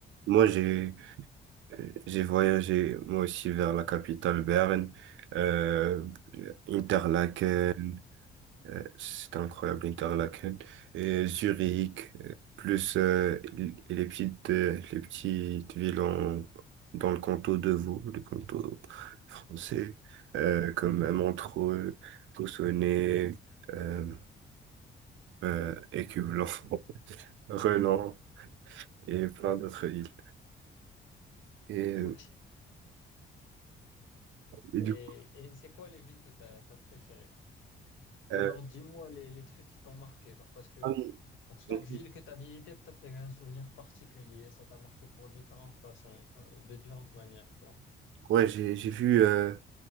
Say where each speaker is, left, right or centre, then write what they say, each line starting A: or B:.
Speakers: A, on the right; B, on the left.
A: moi, j'ai, j'ai voyagé, moi aussi, vers la capitale, Berne, euh, Interlaken, Euh, C'était incroyable, Interlaken. Et Zurich, euh, plus euh, l- et les petites, euh, les petites villes en- dans le canton de Vaud, le canton français, euh, comme euh, Montreux, Cossonay, euh, euh, Écublens, <laughs> Renan et plein d'autres villes. Et, euh,
B: Ok.
A: et du
B: Et,
A: coup,
B: et c'est quoi les villes que t'as, t'as préférées? Ou
A: euh,
B: genre, dis-moi les, les trucs qui t'ont marqué, genre, parce que
A: ah oui,
B: Pour chaque
A: mhm.
B: ville que tu as visitée, peut-être tu as eu un souvenir particulier, ça t'a marqué pour différentes façons, euh, de différentes manières, tu vois.
A: ouais, j'ai, j'ai vu euh,